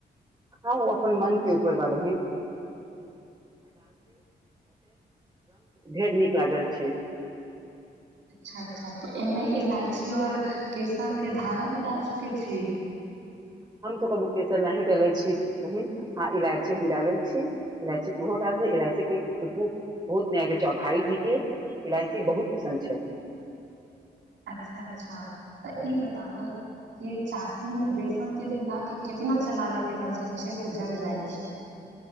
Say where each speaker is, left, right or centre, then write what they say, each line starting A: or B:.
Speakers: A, on the right; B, on the right.
A: <unintelligible> रंग ढेर नीक लागल छै
B: अच्छा अच्छा तऽ एहिमे इलायची आओर केसर के धागा भी डाल सकै छी?
A: हम तो कभी केसर नहि डलै छी बहिन हँ इलायची हम डालल छी, इलायची तूहो डाल दी, इलाइची के खुुसबु बहुत नयाकर छौ, आ भाईजी के इलायची बहुत पसन्द छै
B: <unintelligible> <unintelligible>